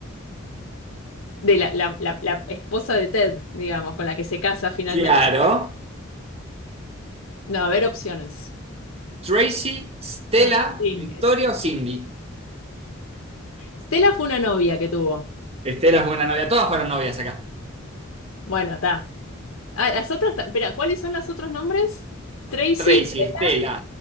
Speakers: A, on the left; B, on the right.
A: de la, la- la- la esposa de Ted, digamos, con la que se casa finalmente.
B: Claro,
A: No, a ver opciones.
B: Tracy, Stella,
A: Ah, sí.
B: Victoria
A: es-
B: o Cindy.
A: Stella fue una novia que tuvo.
B: Estela fue una novia, todas fueron novias acá.
A: Bueno, está. Ah, las otras, ta- espera, ¿cuáles son los otros nombres? Tracy,
B: Tracy,
A: Stella,
B: Estela,